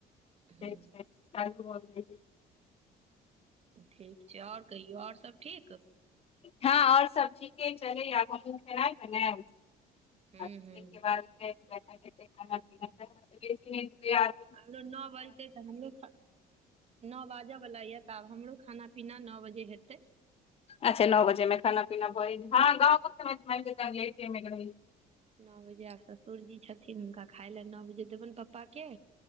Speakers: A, on the right; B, on the left.
A: हूँ
B: ठीक छै। राइत भऽ गेल ये।
A: ठीक छै। आओर कहियौ आओर सब ठीक।
B: हँ आओर सब ठीके छै। कनी आब हमहुँ खेनाय बनायब।
A: हूँ
B: आ ताहि
A: हूँ
B: के बाद सब खाना-पीना खेतय। खाना-पीना खा कऽ सुतय के प्रयास।
A: हमरो नौ बजितै तऽ हमरो खा नो बाजऽ वाला यऽ, तऽ आब हमरो खाना-पीना नो बजे हेतै।
B: अच्छा नौ बजेमे खाना-पीना भऽ ए, हँ गाँवों <unintelligible> मे मानिके चलू एहि टाइम <unintelligible>
A: नौ बजे आब ससुरजी छथिन, हुॅंनका खाय ले नौ बजे देबनि पप्पा के।